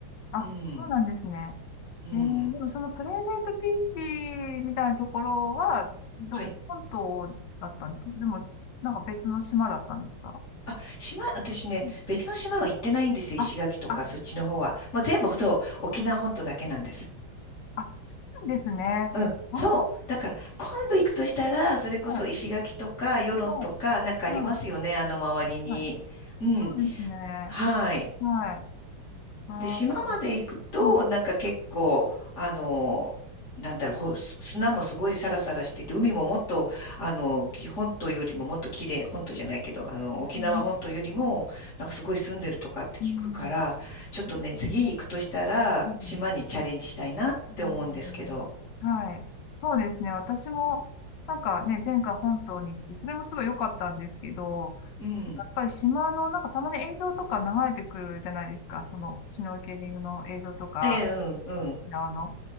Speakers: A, on the left; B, on the left.
A: あ、
B: うん。
A: あ、そうなんですね。
B: うん。
A: ええ、でもそのプライベートビーチみたいなところは、ど、
B: はい。
A: 本島だったんですかでも、なんか別の島だったんですか
B: あ、島、私ね、
A: うん
B: 別の島は行ってないんですよ。
A: あ、
B: 石垣とか、
A: あ、
B: そっちの方は。もう全部、そう、沖縄本島だけなんです。
A: あ、そうなんですね。
B: うん。
A: あ、
B: そう。だから、今度行くとしたら、それこそ石垣とか、
A: はい。
B: 与論とか、
A: はい。
B: なんかありますよね。
A: はい。
B: あの周りに。
A: はい。
B: うん。
A: そうですね。
B: はい。
A: はい。ああ、
B: で、島まで行くと、
A: うん。う
B: なんか結構、あの、なんだろう、ほす砂もすごいサラサラしてて、海ももっと、あの、き本島よりももっと綺麗、本島じゃないけど、あの、沖縄本島よりも、
A: ん。
B: なんかすごい住んでるとかって聞くから、
A: うん。
B: ちょっとね、
A: ですね。
B: 次行くとしたら、
A: うん。
B: 島にチャレンジしたいなって思うんですけど。
A: うんはい。そうですね。私も、なんかね、前回本島に行って、それもすごい良かったんですけど、
B: うん。
A: やっぱり島の、なんかたまに映像とか流れてくるじゃないですか。その、シュノーケリングの映像とか、
B: ええ、うん、うん、
A: あの、